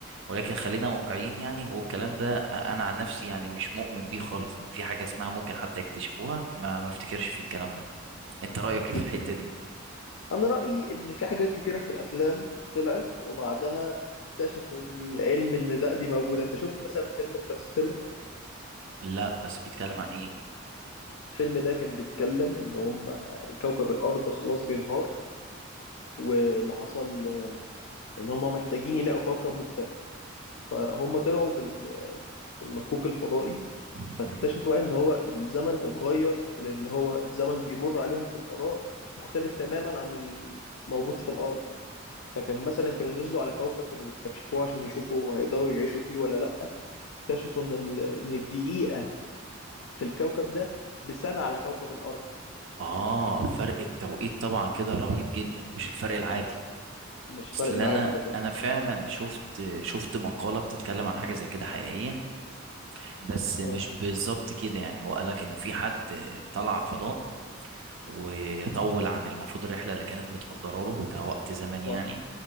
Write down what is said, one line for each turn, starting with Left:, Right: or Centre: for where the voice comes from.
Right: ولكن خلينا واقعيين يعني هو الكلام ده انا عن نفسي يعني مش مؤمن بيه خالص ان في حاجه اسمها ممكن حتى يكتشفوها ما ما افتكرش في الكلام ده انت رايك
Left: اكيد
Right: ايه في الحته دي
Left: انا رأيي ان في حاجات كتيره في الافلام طلعت وبعدها اكتشفوا العلم ان ده دي موجوده انت شفت مثلا فيلم انترستيلر
Right: لا بس بيتكلم عن ايه
Left: الفيلم ده كان بيتكلم ان هم الكوكب الارض خلاص بينهار واللي حصل ان هم محتاجين يلاقوا كوكب مختلف فهم طلعوا بال... بالمكوك الفضائي
Right: مم.
Left: فاكتشفوا بقى ان هو الزمن اتغير لان هو الزمن بيمر عليهم في الفضاء مختلف تماما عن الموجود في الارض فكان مثلا كانوا نزلوا على كوكب كانوا بيستكشفوه عشان يشوفوا هيقدروا يعيشوا فيه ولا لا اكتشفوا ان ال... ان الدقيقة في الكوكب ده بسنة على كوكب الارض
Right: اه فرق التوقيت طبعا كده رهيب جدا مش الفرق العادي
Left: مش فرق
Right: اصل انا
Left: عادي فكان
Right: انا فعلا شفت شفت مقاله بتتكلم عن حاجه زي كده حقيقيه بس مش
Left: اه
Right: بالظبط كده يعني هو قالك ان في حد طلع على الفضاء وطول عن المفروض الرحله اللي كانت متقدره له كوقت زمني
Left: صح
Right: يعني